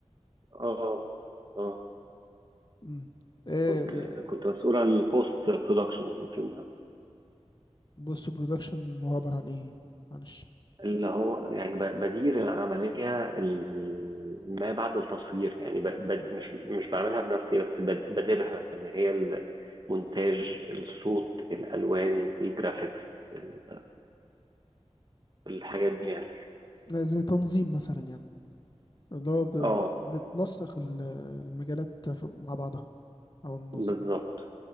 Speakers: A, on the right; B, on the left.
A: اه اه
B: امم ايه
A: كنت كنت مسؤول عن البوست برودكشن في الفيلم ده.
B: بص برودكشن هو عبارة عن ايه معلش
A: اللي هو يعني ب- بدير العملية ال- ما بعد التصوير يعني ب... ب... مش مش بعملها بنفسي بس ب- بديرها اللي هي المونتاج الصوت الألوان الجرافيكس ال- الحاجات دي يعني
B: آه، زي تنظيم مثلا يعني اللي هو بت-
A: اه
B: بتنسق ال- المجالات في- مع بعضها او النظم
A: بالظبط
B: يعني.